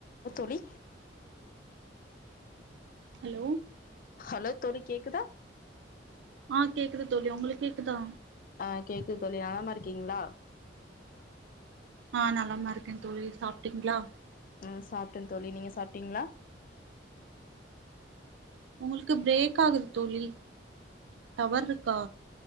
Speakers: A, on the left (about 45°); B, on the right (about 70°).
A: Low தோழி
B: hello
A: hello தோழி கேக்குதா
B: ஆ கேக்குது தோழி உங்களுக்கு கேக்குதா
A: ஆ கேக்குது தோழி நலமா இருக்கிங்ளா
B: ஆ நலமா இருக்கே தோழி சாப்ட்டிங்ளா
A: அ சாப்ட்டே தோழி நீங்க சாப்ட்டிங்ளா
B: உங்குளுக்கு பிரேக் ஆகுது தோழி டவர் இருக்கா